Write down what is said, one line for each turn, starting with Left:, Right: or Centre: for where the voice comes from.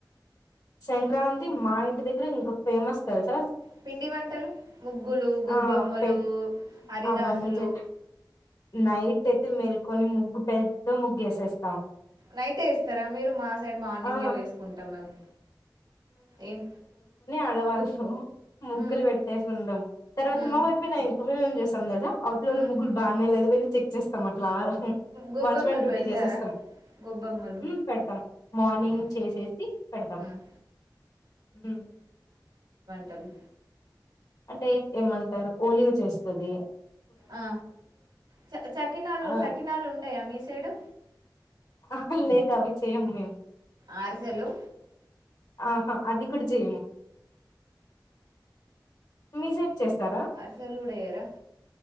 Left: సంక్రా తి మా ఇంటి దగ్గర ఇంకా ఫేమస్ తెలుస
Right: పిండి వంటలు ముగ్గులు గొబ్బమ్మలు
Left: ఆ పెన్
Right: హరిదాసులు
Left: అవన్నీ చే నైట్ అయితే మెల్కొని ముగ్గు పేద్ద ముగ్గు ఎసేస్
Right: నైటే వేస్తారా మీరు మా సైడ్ మార్నింగే
Left: ఆ
Right: వేసుకుంటాం మేము ఏం
Left: అల్లా వైఫ్ ముగ్గులు
Right: మ్మ్
Left: పెట్టేసుకుంటాం తర్వాత
Right: మ్మ్
Left: మావైపోయ్యనుకో మేమ్ చేస్తాం తెలుసా అవతలోళ్ళ
Right: మ్మ్
Left: ముగ్గులు బానేలెవ్ నువ్ వెళ్లి చెక్చేస్తామ ట్లాగ హ్మ్
Right: గొబ్బెమ్మలు
Left: వాచ్ మెన్ డ్యూటీ
Right: పెడతారా
Left: చేసేస్తాం.
Right: గొబ్బెమ్మలు
Left: మ్ పెడతాం మార్నింగ్
Right: మ్మ్
Left: చేసేసి పెడతాం
Right: మ్మ్
Left: మ్
Right: ట్టలు
Left: అంటే ఏమంటారు ఓలియో చేస్తాది
Right: ఆ చ చకినాలు
Left: ఆ
Right: సకినాలు ఉండాయా మీ సైడు
Left: అహా లేదు అవి చేయము మేము
Right: అరిసెలు
Left: ఆహా అది కూడా చేయము మీ సైడ్ చేస్తారా
Right: అరిసెలు కూడా వెయ్యరా